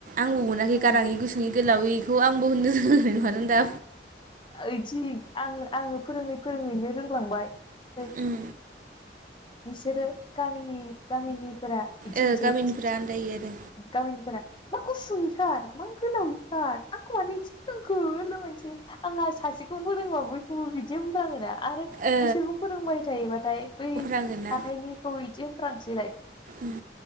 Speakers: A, on the right; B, on the left.
A: आंबो मोनाखै
B: उम
A: गाराङि गुसुं इ गोलाव आं खौ आंबो होननो रोंनाय नङा दा
B: बिदि आं आङो फोरोङै फोरोङैनो रोंलांबाय ओमफ्राय
A: उम
B: नोंसोरो गामिनि- गामिनिफोरा बिदि
A: ओ
B: होनोसै
A: गामिनिफ्रा आन्दायो आरो
B: गामिनिफोरा मा गुसुं इ खारार मा गोलाव आं खार आंखौ मानो इदि फोरोंखो होनला बायसेै आंहा सासे बेखौ फोरोंबा बयखौबो बिदि होनफ्लाङोना आरो
A: ओ
B: बिसोरखौ फोरोंबाय थायोबाथाय बै
A: <unintelligible>
B: हाथायनिखौ बिदि होनफ्रांसैलाय
A: ओम